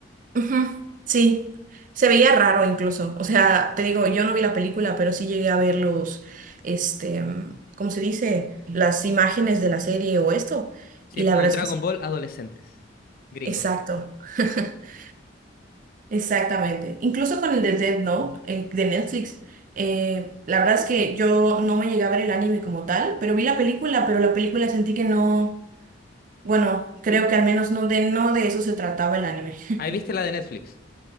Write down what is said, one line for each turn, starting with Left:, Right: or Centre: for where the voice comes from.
Right: Ujú, Sí, se veía raro incluso. O sea, te digo, yo no vi la película, pero sí llegué a ver los, este, mm, ¿cómo se dice? Las imágenes de la serie o esto.
Left: Sí,
Right: Y
Left: es
Right: la
Left: como
Right: verdad
Left: un Dragon
Right: es que sí.
Left: Ball adolescentes, gringos.
Right: Exacto, <laughs> exactamente. Incluso con el de Death Note, eh, de Netflix. eh, la verdad es que yo no me llegué a ver el anime como tal, pero vi la película, pero la película sentí que no, bueno, creo que al menos no de, no de eso se trataba el anime. <laughs>
Left: Ahí viste la de Netflix.